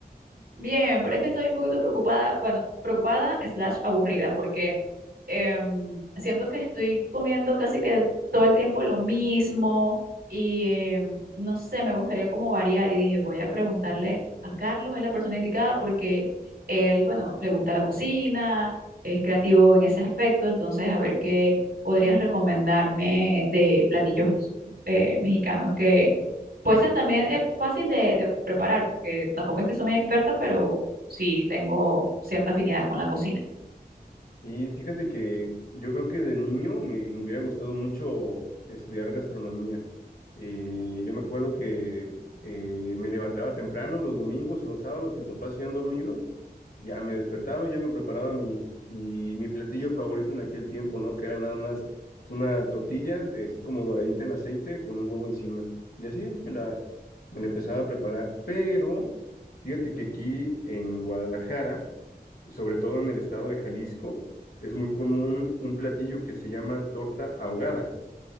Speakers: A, on the right (about 80°); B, on the left (about 65°).
A: Bien, pero es que estoy un poquito preocupada, bueno, preocupada slash aburrida, porque em, siento que estoy comiendo casi que todo el tiempo lo mismo y em, no sé, me gustaría como variar y dije, voy a preguntarle a Carlos, es la persona indicada porque él, bueno, le gusta la cocina, es creativo en ese aspecto, entonces a ver qué podrías recomendarme de platillos eh, mexicanos Poison también es fácil de, de preparar, porque tampoco es que soy muy experta, pero sí tengo cierta afinidad con la cocina.
B: Y fíjate que yo creo que de niño me, me hubiera gustado mucho estudiar gastronomía. Eh, yo me acuerdo que eh, me levantaba temprano los domingos o los sábados que mis papás se iban dormidos, ya me despertaba, y ya me preparaba mi, mi, mi platillo favorito en aquel tiempo, ¿no? Que era nada más una tortilla, eh, así como doradita en aceite, con un huevo encima. Y así me la, me la empezaba a preparar. Pero fíjate que aquí en Guadalajara, sobre todo en el estado de Jalisco, es muy común un platillo que se llama torta ahogada,